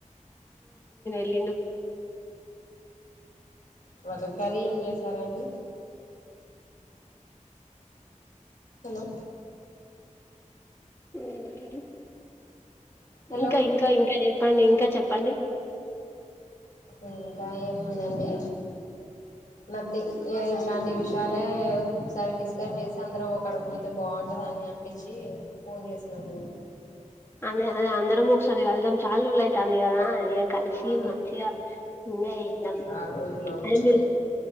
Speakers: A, on the left; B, on the left.
A: ఇను
B: వాళ్ళ కర్రీ ఏం చేసారండి హలో
A: అమరి
B: హలో
A: ఇంకా ఇంకా ఇంకా చెప్పండి ఇంకా చెప్పండి
B: ఇంకా ఏముందండి నథింగ్ ఇ ఇట్లాంటి విషయాలే ఒకసారి డిస్కస్ చేసి అందరం ఒక్కడ పడితే బాగుంటదిని అని అనిపించి ఫోన్ చేసినాను
A: అదే అదే అందరు ముగసరి వెల్దం చాలు రలయితా అంది కదా ఏ కలిసి
B: అవును
A: మంచిగా ఎంజంద
B: చాలా రోజులు అవుతుంది
A: అది